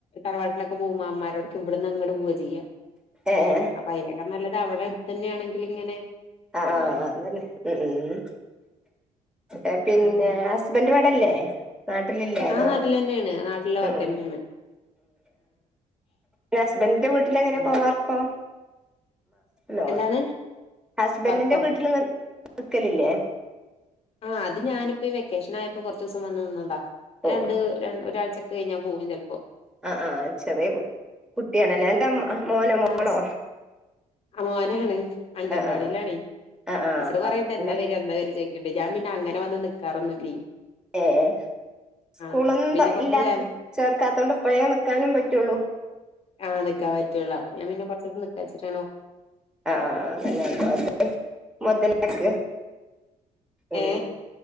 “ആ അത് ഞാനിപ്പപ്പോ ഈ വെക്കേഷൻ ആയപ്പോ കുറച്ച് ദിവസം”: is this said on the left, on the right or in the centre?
Left